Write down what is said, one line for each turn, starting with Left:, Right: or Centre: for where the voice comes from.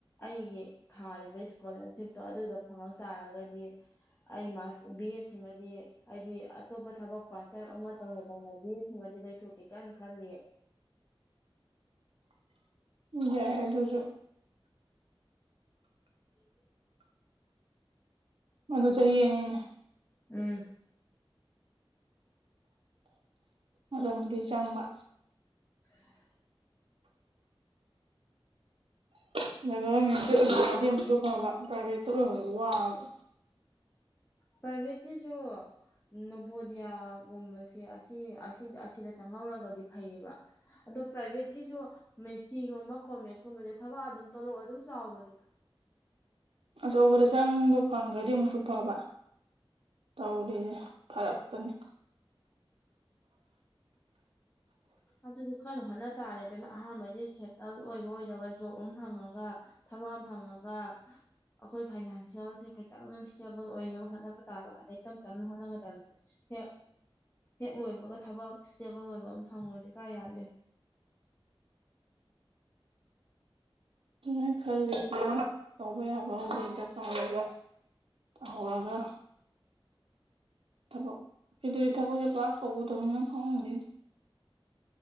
Left: ꯑꯩꯒꯤ ꯊꯥꯔꯤꯕ ꯏꯁꯀꯣꯂꯔꯁꯤꯞꯇꯣ ꯑꯗꯨꯗ ꯐꯉꯥ ꯇꯥꯔꯒꯗꯤ ꯑꯩ ꯕꯤ ꯑꯦꯗ ꯁꯤꯃꯗꯤ ꯍꯥꯏꯗꯤ ꯑꯇꯣꯞꯄ ꯊꯕꯛ ꯄꯥꯔꯠ ꯇꯥꯏꯝ ꯑꯃ ꯇꯧꯅ ꯇꯧꯅ ꯕꯤ ꯑꯦꯠꯁꯤꯡꯃꯗꯤ ꯂꯣꯏꯊꯣꯛꯀꯦ ꯀꯥꯏꯅ ꯈꯜꯂꯤꯌꯦ꯫
Right: ꯌꯥ ꯑꯗꯨꯁꯨ
Left: <inaudible>
Right: ꯑꯗꯨ ꯆꯍꯤ ꯑꯅꯤꯅꯦ
Left: ꯎꯝ
Right: ꯃꯔꯝꯗꯤ ꯆꯪꯕ
Left: <unintelligible>
Right: ꯑꯗ ꯒꯚꯔꯃꯦꯟꯒꯤ ꯑꯣꯏꯍꯧꯔꯗꯤ ꯑꯃꯨꯛꯁꯨ ꯐꯕ ꯄ꯭ꯔꯥꯏꯚꯦꯠꯇ ꯑꯣꯏꯕ ꯋꯥꯕ
Left: ꯄꯔꯥꯏꯚꯦꯠꯀꯤꯁꯨ ꯅꯣꯕꯣꯗꯤꯌꯥꯒꯨꯝꯕꯁꯦ ꯑꯁꯤ ꯑꯁꯤꯗ ꯑꯁꯤꯗ ꯆꯪꯍꯧꯔꯒꯗꯤ ꯐꯩꯌꯦꯕ ꯑꯗꯣ ꯄ꯭ꯔꯥꯏꯚꯦꯠꯀꯤꯁꯨ ꯃꯦꯁꯤꯒꯨꯝꯕ ꯀꯣꯃꯦꯠꯀꯨꯝꯕꯁꯦ ꯊꯕꯛ ꯑꯗꯨꯝ ꯇꯣꯂꯣꯞ ꯑꯗꯨꯝ ꯆꯥꯎꯕꯅꯤꯗ
Right: ꯑꯆꯧꯕꯗ ꯆꯪꯕ ꯐꯪꯒ꯭ꯔꯗꯤ ꯑꯃꯨꯛꯁꯨ ꯐꯕ ꯇꯧꯔꯤꯖꯦ ꯐꯔꯛꯇꯅꯤ
Left: ꯑꯗꯨꯖꯨ ꯀꯟꯅ ꯍꯣꯠꯅ ꯇꯥꯔꯦꯗꯅ ꯑꯍꯥꯟꯕꯩꯗꯤ ꯁꯦꯇꯜ ꯑꯣꯏꯕ ꯑꯣꯏꯗꯕ ꯖꯣꯕ ꯑꯃ ꯐꯪꯉꯒ ꯊꯕꯛ ꯑꯃ ꯐꯪꯉꯒ ꯑꯈꯣꯏ ꯐꯥꯏꯅꯥꯟꯁꯤꯌꯦꯜꯁꯦ ꯈꯤꯇꯪ ꯏꯁꯇꯦꯕꯜ ꯑꯣꯏꯅꯕ ꯍꯣꯠꯅꯕ ꯇꯥꯕ ꯑꯗꯩ ꯇꯞ ꯇꯞꯅ ꯍꯣꯠꯅꯒꯗꯝꯅꯤ ꯍꯦꯛ ꯍꯦꯛ ꯂꯣꯏꯕꯒ ꯊꯕꯛ ꯏꯁꯇꯦꯕꯜ ꯑꯣꯏꯕ ꯑꯃ ꯐꯪꯉꯣꯗꯤ ꯀꯥꯏ ꯌꯥꯗꯣꯏ
Right: ꯅꯣꯏ ꯈꯜꯂꯤꯁꯦ ꯇꯧꯕ ꯌꯥꯕ ꯍꯧꯖꯤꯛ ꯗꯔꯀꯥꯔ ꯑꯣꯏꯕ ꯍꯧꯔꯒ ꯊꯕꯛ ꯏꯗꯨꯔꯤ ꯊꯕꯛꯖꯦ ꯄꯥꯛ ꯀꯧꯗꯝꯅꯤꯅ ꯈꯪꯗꯦꯅꯦ